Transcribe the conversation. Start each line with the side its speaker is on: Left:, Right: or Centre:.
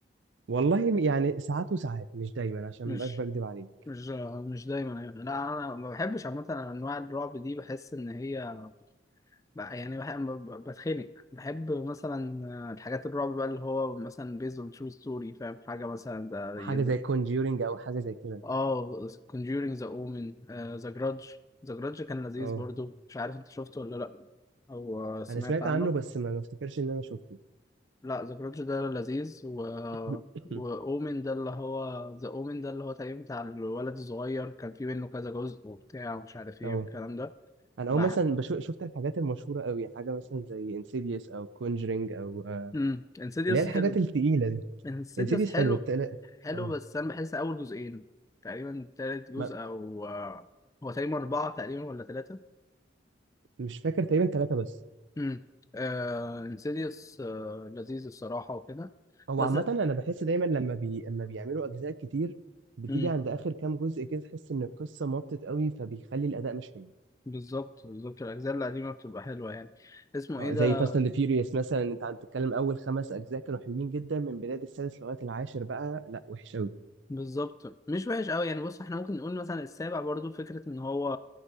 Right: والله يعني ساعات وساعات مش دايما عشان
Left: مش
Right: مبقاش بكدب عليك
Left: مش مش دايما يعني لا انا ما بحبش عامه انواع الرعب دي بحس ان هي ب- يعني بح- ب- بتخنق بحب مثلا آه، الحاجات الرعب بقى اللي هو مثلا based on true story فاهم حاجه مثلا ده
Right: حاجة
Left: يز-
Right: زي كونجيورنج او حاجة زي كده
Left: اه Conjuring the Omen آه، The Grudge The Grudge كان لذيذ
Right: اه
Left: برضو مش عارف انت شفته ولا لا او آه، سمعت
Right: انا سمعت
Left: عنه
Right: عنه بس ما ما افتكرش ان انا شفته
Left: لا The Grudge ده لذيذ و
Right: <laughs>
Left: و Omen ده اللي هو The Omen ده اللي هو تقريبا بتاع الولد الصغير كان في منه كذا جزء وبتاع ومش عارف ايه
Right: اه
Left: والكلام ده
Right: انا اول
Left: بح...
Right: مثلا بشوف شفت الحاجات المشهوره قوي حاجه مثلا زي انسيديوس او كونجرينج او آه،
Left: امم انسيديوس
Right: اللي هي الحاجات
Left: حلو
Right: التقيله دي
Left: انسيديوس
Right: انسيديوس
Left: حلو
Right: حلو التقيله
Left: حلو
Right: اه
Left: بس انا بحس اول جزئين تقريبا تالت جزء
Right: ما-
Left: او آه، هو تقريبا اربعه تقريبا ولا ثلاثه
Right: مش فاكر تقريبا ثلاثه بس
Left: امم آه انسيديوس آه لذيذ الصراحه وكده
Right: هو
Left: بس
Right: عامه انا بحس دايما لما بي... لما بيعملوا اجزاء كتير بتيجي
Left: امم
Right: عند اخر كام جزء كده تحس ان القصه مطت قوي فبيخلي الاداء مش حلو
Left: بالظبط بالظبط الاجزاء القديمه بتبقى حلوه يعني اسمه
Right: اه
Left: ايه ده
Right: زي فاست اند فيوريوس مثلا انت عم تتكلم اول خمس اجزاء كانوا حلوين جدا من بدايه السادس لغايه العاشر بقى لا وحش قوي
Left: بالظبط مش وحش قوي يعني بص احنا ممكن نقول مثلا السابع برضو فكره ان هو